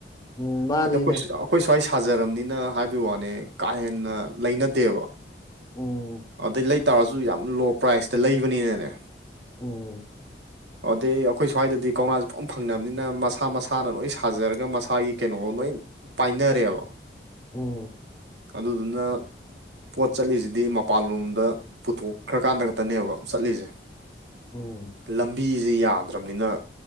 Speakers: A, on the left; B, on the right.
A: ꯎꯝ ꯃꯥꯅꯤꯅꯦ
B: ꯍꯥꯏꯗꯤ ꯑꯩꯈꯣꯏ ꯁ꯭ꯋꯥꯏ ꯁꯥꯖꯔꯕꯅꯤꯅ ꯍꯥꯏꯕꯩ ꯋꯥꯅꯦ ꯀꯥ ꯍꯦꯟꯅ ꯂꯩꯅꯗꯦꯕ
A: ꯎꯝ
B: ꯑꯗꯨꯗꯩ ꯂꯩ ꯇꯥꯔꯁꯨ ꯌꯥꯝ ꯂꯣ ꯄ꯭ꯔꯥꯏꯖꯇ ꯂꯩꯕꯅꯤꯅꯅꯦ
A: ꯎꯝ
B: ꯑꯗꯩ ꯑꯩꯈꯣꯏ ꯁ꯭ꯋꯥꯏꯗꯗꯤ ꯀꯧꯅꯥꯁꯦ ꯄꯨꯡ ꯐꯪꯅꯕꯅꯤꯅ ꯃꯁꯥ ꯃꯁꯥꯅ ꯂꯣꯏ ꯁꯥꯖꯔꯒ ꯃꯁꯥꯒꯤ ꯀꯩꯅꯣ ꯂꯣꯏ ꯄꯥꯏꯅꯔꯤꯕ
A: ꯎꯝ
B: ꯑꯗꯨꯗꯨꯅ ꯄꯣꯠ ꯆꯠꯂꯤꯁꯤꯗꯤ ꯃꯄꯥꯟꯂꯣꯝꯗ ꯄꯨꯊꯣꯛꯈ꯭ꯔꯀꯥꯟꯗ ꯈꯛꯇꯅꯦꯕ ꯆꯠꯂꯤꯁꯦ
A: ꯎꯝ
B: ꯂꯝꯕꯤꯁꯦ ꯌꯥꯗ꯭ꯔꯕꯅꯤꯅ